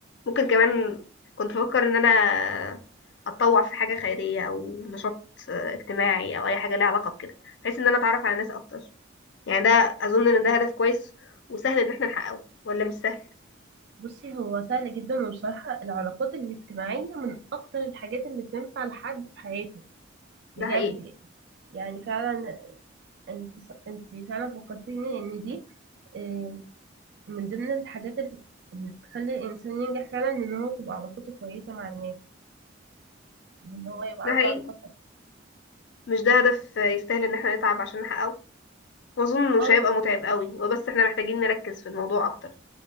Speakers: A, on the left; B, on the right.
A: ممكن كمان كنت بفكر إن أنا أتطوع في حاجة خيرية أو نشاط آه، اجتماعي أو أي حاجة ليها علاقة بكده بحيث إن أنا أتعرف على ناس أكتر يعني ده أظن إن ده هدف كويس وسهل إن احنا نحققه ولا مش سهل
B: بصي هو سهل جدا وبصراحة العلاقات الاجتماعية من اكتر الحاجات اللي بتنفع لحد في حياته بجد
A: ده حقيقي
B: يعني يعني فعلا انت انت فعلا فكرتيني ان دي آه، من ضمن الحاجات اللي اللي بتخلي الإنسان ينجح فعلا إن هو تبقى علاقته كويسة مع الناس إن هو يبقى
A: ده
B: عنده
A: حقيقي
B: علاقات
A: مش ده هدف آه، يستاهل إن احنا نتعب عشان نحققه ما اظن
B: اه
A: مش هيبقى متعب قوي هو بس احنا محتاجين نركز في الموضوع اكتر